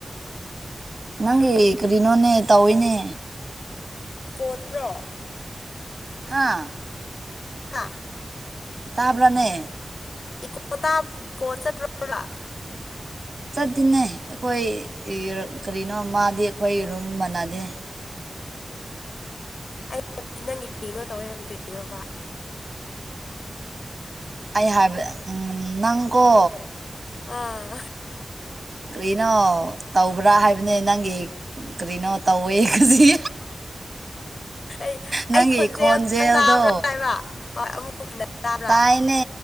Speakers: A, on the right (about 55°); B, on the left (about 75°).
A: ꯅꯪꯒꯤ ꯀꯔꯤꯅꯣꯅꯦ ꯇꯧꯋꯏꯅꯦ
B: ꯏꯀꯣꯠꯄ꯭ꯔꯣ
A: ꯍꯥꯥ
B: ꯍꯥꯥ
A: ꯇꯥꯕ꯭ꯔꯅꯦ
B: ꯏꯀꯣ ꯏꯀꯣ ꯆꯠꯄ꯭ꯔꯣꯕ
A: ꯆꯠꯇꯅꯦ ꯑꯩꯈꯣꯏ ꯀꯔꯤꯅꯣ ꯃꯥꯗꯤ ꯑꯩꯈꯣꯏ ꯔꯨꯝ ꯃꯥꯟꯅꯗꯦ
B: ꯑꯩ ꯍꯥꯏꯕꯗꯤ ꯅꯪꯒꯤ ꯀꯩꯅꯣ ꯇꯧꯋꯦ ꯍꯥꯏꯕꯗꯤ ꯀꯔꯤꯔꯣꯕ
A: ꯑꯩ ꯍꯥꯏꯕ ꯎ ꯅꯪꯀꯣ
B: ꯑꯥ
A: ꯀꯔꯤꯅꯣ ꯇꯧꯕ꯭ꯔꯥ ꯍꯥꯏꯕꯅꯦ ꯅꯪꯒꯤ ꯀꯔꯤꯅꯣ ꯇꯧꯋꯦꯗꯤ
B: ꯑꯩ
A: ꯅꯪꯒꯤ
B: ꯑꯩ ꯈꯣꯟꯖꯦꯜ
A: ꯈꯣꯟꯖꯦꯜꯗꯣ
B: ꯑꯝꯇꯪ ꯇꯥꯕ꯭ꯔꯥ ꯍꯥꯏꯕ ꯍꯣꯏ ꯑꯃꯨꯛ ꯇꯥꯕ꯭ꯔꯥ
A: ꯇꯥꯏꯅꯦ